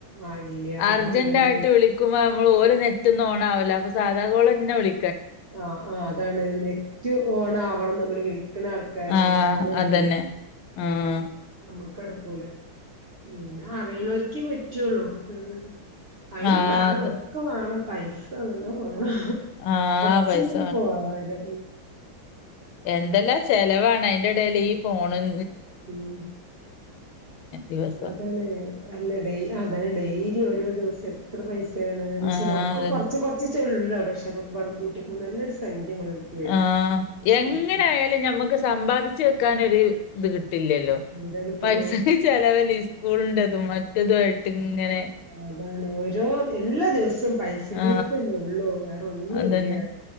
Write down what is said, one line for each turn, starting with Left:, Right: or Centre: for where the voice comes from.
Right: ആ ഇല്ല അതാ
Left: അർജന്റായിട്ട്
Right: ഉള്ളത്
Left: വിളിക്കുമ്പോ മ്മള് ഓല് നെറ്റൊന്നും ഓണാവൂല്ല അപ്പൊ സാധാകോളന്നെ വിളി
Right: ആഹ് ആഹ് അതാണ് നെറ്റ് ഓണാവണം നമ്മള് വിളിക്ക്‌ണ ആൾക്കാ ക്കാര്തും
Left: ആഹ്
Right: അങ്ങനെണ്ടോന്ന്ണ്.
Left: അതന്നെ ആഹ്
Right: നമ്മക്കട്ക്കൂല പിന്നെ അറിയണോര്ക്കേ പറ്റുള്ളൂ എന്നത് അയിനും
Left: ആഹ്
Right: വേണം
Left: അത്
Right: ഒക്കെ വേണം പൈസ നല്ലോം വേണം.
Left: ആഹ്
Right: ച്ചെന്താപ്പൊപകാരം
Left: പൈസ എന്തെല്ലാ ചെലവാണ് അയിന്റെ എടേല് ഈ ഫോണൻ
Right: ഉം
Left: ദിവസം
Right: അതാണേ അല്ല വൈ അതാണേ ഈ ഓരോ ദിവസം ഇത്ര പൈസയാണ്ന്നാച്ചാല്
Left: ആ
Right: ഒക്കെ
Left: അതന്നെ.
Right: കുറച്ച് കുറച്ചീച്ചൊള്ളൂ. പക്ഷെ അതൊക്കെപ്പാടെ കൂട്ട്യോക്കുമ്പോ നല്ലൊരു സംഖ്യ നമ്മളെടുക്ക് വരും
Left: ആഹ് എങ്ങനായാലും
Right: ദിവസം
Left: ഞമ്മക്ക് സമ്പാദിച്ചു വെക്കാനൊര് ഇത് കിട്ടില്ലല്ലോ
Right: എവിടെ കിട്ടണു
Left: പൈസക്ക്‌ ചെലവല്ലേ ഈ സ്കൂളിന്റെതും മറ്റത്വായിട്ട് ഇങ്ങനെ
Right: ആഹ് അതാണേ ഓരോ എല്ലാ ദിവസം പൈസ
Left: ആ
Right: കേസന്നെ ഉള്ളൂ വേറൊന്നും
Left: അതന്നെ.
Right: ഇല്ല്യാ.